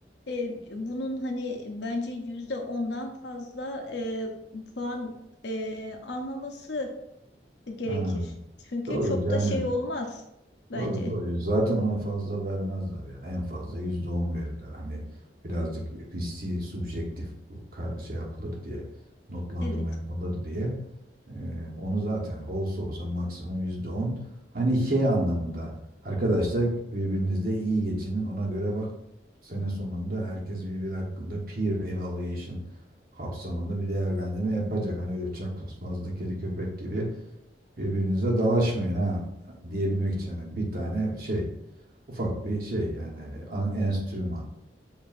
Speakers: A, on the left (about 80°); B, on the right (about 55°).
A: eee, bunun hani bence yüzde ondan fazla eee, puan eee, almaması gerekir.
B: ha,
A: Çünkü
B: doğru
A: çok
B: yani
A: da şey olmaz bence.
B: Doğru doğru. Zaten ona fazla vermezler yani. En fazla yüzde on verirler. Hani birazcık hissi, subjektif kar- şey yapılır diye, notlandırma
A: Evet.
B: yapılır diye. Ee, onu zaten olsa olsa maksimum yüzde on. Hani şey anlamında arkadaşlar birbirinizle iyi geçinin. Ona göre bak sene sonunda herkes birbiri hakkında peer evaluation kapsamında bir değerlendirme yapacak. Hani öyle çok fazla kedi köpek gibi Birbirinize dalaşmayın ha diyebilmek için yani bir tane şey ufak bir şey yani e, a- enstrüman.